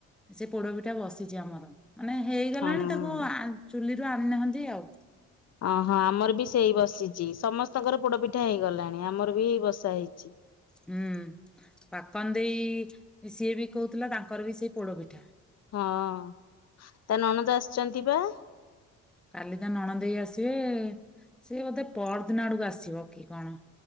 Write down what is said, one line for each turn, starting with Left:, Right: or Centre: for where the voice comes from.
Centre: ସେ ପୋଡପିଠା ବସିଛି ଆମର। ମାନେ ହେଇଗଲାଣି
Left: ହଁ
Centre: ତାକୁ ଚୁଲିରୁ ଆଣିନାହାନ୍ତି ଆଉ।
Left: ଅହଁ ଆମର ବି ସେଇ ବସିଛି ସମସ୍ତଙ୍କର ପୋଡ ପିଠା ହେଇଗଲାଣି ଆମର ବି ଏଇ ବସା ହେଇଛି।
Centre: ହୁଁ ପାପନ ଦେଇ ସିଏ ବି କହୁଥିଲା ତାଙ୍କର ବି ସେଇ ପୋଡ ପିଠା।
Left: ହଁ ତା ନଣନ୍ଦ ଆସିଛନ୍ତି ବା।
Centre: କାଲି ତା ନଣଦେଇ ଆସିବେ ସେ ବୋଧେ ପରଦିନ ଆଡକୁ ଆସିବ। କିି କଣ।